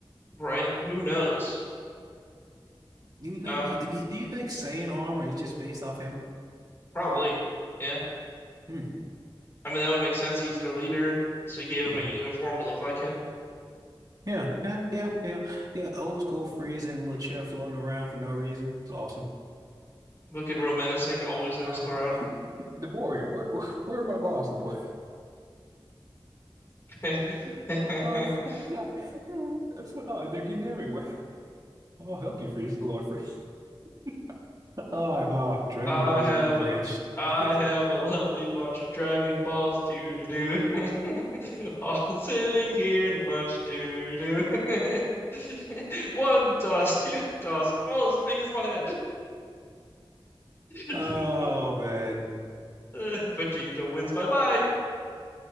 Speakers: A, on the left (about 25°); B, on the right (about 40°).
A: Right? Who knows?
B: Do you think
A: Um,
B: do do- do you think saying armor is just based off him?
A: probably. Yeah.
B: Hmm.
A: I mean that would make sense. He's their leader, so he gave him
B: Yeah.
A: a uniform to look like him.
B: Yeah, yeah, yeah, yeah. Yeah, old school freeze in a little chair floating around for no reason. It's awesome.
A: Looking real menacing, always in
B: Uh,
A: his throne.
B: <laughs> the warrior, where where where are my balls, the boy?
A: <laughs>
B: <laughs> Oh, <laughs> oh, they're getting everywhere. I'll help you freeze, Lord freeze. <laughs> Oh, oh, Dragon
A: I
B: Ball
A: have
B: Z abridged.
A: I
B: <laughs> Dragon-
A: have a lovely bunch of Dragon Balls, doo doo doo. <laughs> All sitting here in a bunch, doo doo. <laughs> One toss, two toss, all as big as my head. <laughs>
B: Oh man.
A: Vegeta wins, bye bye.